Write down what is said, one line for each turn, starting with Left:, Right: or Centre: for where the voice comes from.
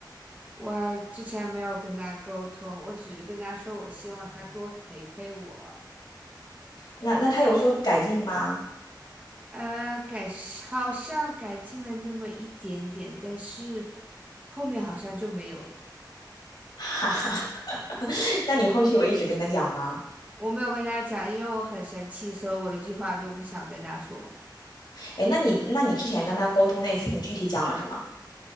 Right: 我之前没有跟他沟通，我只是跟他说我希望他多陪陪我。
Left: 那那他有所改进吗？
Right: 呃，改好像改进了那么一点点，但是后面好像就没有了。
Left: <laughs> 哈哈，<laughs> 那你后续有一直跟他讲吗？
Right: 我没有跟他讲，因为我很生气，所以我一句话都不想跟他说。
Left: 哎，那你那你之前跟他沟通那次，你具体讲了什么？